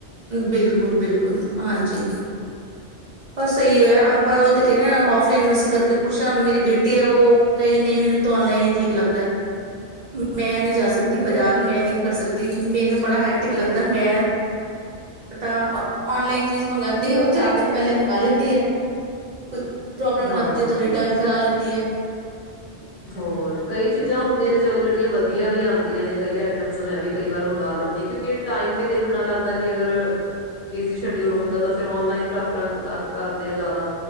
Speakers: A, on the right (about 45°); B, on the left (about 50°).
A: ਬਿਲਕੁਲ ਬਿਲਕੁਲ ਹਾਂਜੀ ਬ ਸਹੀ ਹੋਇਆ ਆਪਾਂ ਉਹ ਤਾਂ ਕਹਿਿੰਦੇ ਹ ਫਲਾਈਨ ਮਾਸੀ ਕਰਕੇ ਖੁਸ਼ ਹਾਂ ਮੇਰੀ ਬੇਟੀ ਆ ਉਹ ਕਹਿਗੀ ਨਹੀਂ ਮੈਨੂੰ ਤਾਂ ਔਨਲਾਈਨ ਹੀ ਠੀਕ ਲੱਗਦਾ ਮੈਂ ਨੀ ਜਾ ਸਕਦੀ ਬਾਜ਼ਾਰ ਮੈਂ ਨਹੀਂੀ ਕਰ ਸਕਦੀ ਮੈਨੂੰ ਬੜਾ ਹੈਟਿਕ ਲੱਗਦਾ ਮੈਂ ਪਤਾ ਔਨਲਾਈਨ ਚੀਜ਼ ਮੰਗਉਂਦੀ ਉਹ ਚਾਰ ਦਿਨ ਪਹਿਲੇ ਮੰਗਵਾ ਲੈਂਦੀ ਹੈ ਕੁਛ ਪ੍ਰੋਬਲਮ
B: ਹਾਂਜੀ
A: ਲੱਗਦੀ ਹੈ ਤਾਂ ਰਿਟਰਨ ਕਰਾ ਲੈਂਦੀ ਹੈ
B: ਹੋਰ ਕਈ ਚੀਜ਼ਾਂ ਹੁੰਦੀਆਂ ਨੇ ਚਲੋ ਜਿੜੀਆਂ ਵਧੀਆ ਵੀ ਆਂਦੀਆਂ ਨੇ ਕਈ ਆਟਮ ਮੈਂ ਵੀ ਕਈ ਵਾਰ ਮੰਗ ਲੈਂਦੀ ਆ ਕਿ ਟਾਈਮ ਵੀ ਦੇਖਣਾ ਪੈਂਦਾ ਅਗਰ ਬਿਜੀ ਸ਼ਡਊਲ ਹੁੰਦਾ ਆਨਲਾਈਨ ਕਰਦੇ ਆ ਜ਼ਿਆਦਾ